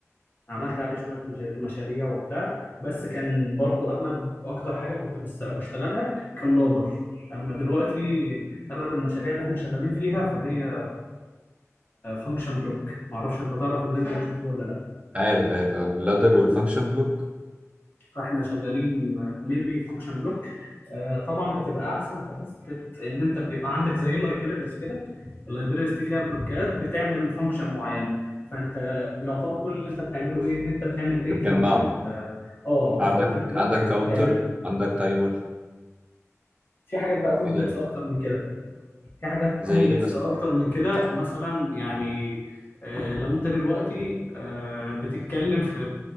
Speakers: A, on the left; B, on the right.
A: عملت عليه شويه مجا- مشاريع وبتاع بس كان برضو اغلب اكتر حاجه كنت بس بشتغلها كان لودر اما دلوقتي اغلب المشاريع اللي احنا شغالين فيها فهي فانكشن بلوك معرفش انت تعرف اللانجوج دي ولا لا
B: عارف عارف آه، اللادر والفانكشن بلوك
A: فاحنا شغالين mainly function block آه، طبعا بتبقى احسن في حته ان انت بيبقى عندك زي لايبريز كده اللايبريز دي فيها بلوكات بتعمل فانكشن معينه فانت يعتبر كل اللي انت بتعمله ايه ان انت بتعمل لينكينج
B: بتجمعهم
A: لل اه بتحط
B: عندك
A: البلوك
B: عندك كاونتر
A: بتعمل
B: عندك تايمر
A: في حاجات بقى كومبلكس
B: كده
A: اكتر من كده في حاجات
B: زي
A: كومبلكس
B: ايه مثلا
A: اكتر من كده مثلا يعني آه، لو انت دلوقتي آه، بتتكلم في